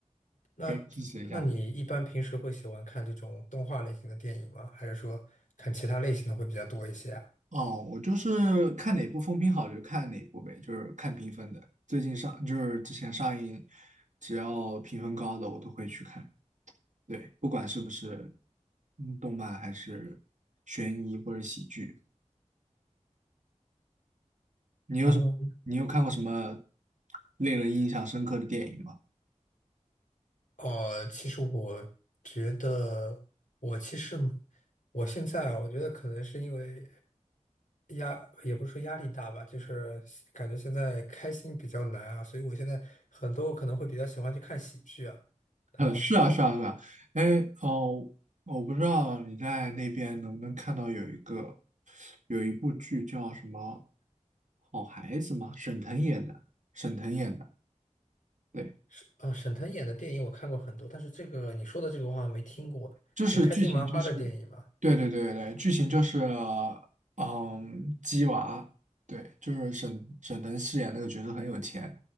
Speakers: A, on the right; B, on the left.
A: <laughs>
B: 那那你一般平时会喜欢看这种动画类型的电影吗？
A: 可以支持一下。
B: 还是说看其他类型的会比较多一些啊？
A: 哦，我就是看哪部风评好就看哪部呗，就是看评分的。最近上就是之前上映，只要评分高的我都会去看。对，不管是不是嗯动漫还是悬疑或者喜剧，你有什你有看过什么
B: 哦。
A: 令人印象深刻的电影吗？
B: 哦，其实我觉得，我其实我现在啊，我觉得可能是因为压，也不是说压力大吧，就是感觉现在开心比较难啊，所以我现在很多我可能会比较喜欢去看喜剧啊，
A: <laughs>
B: 可能
A: 呃，是啊，是啊，是啊。哎，哦，我不知道你在那边能不能看到有一个有一部剧叫什么《好孩子》吗？沈腾演的，沈腾演的，对，
B: 是嗯，呃沈腾演的电影我看过很多，但是这个你说的这个我好像没听过，
A: 就是剧情就是。
B: 就是开心麻花的电影嘛。
A: 对对对对，剧情就是，嗯，鸡娃，对，就是沈沈腾饰演那个角色很有钱，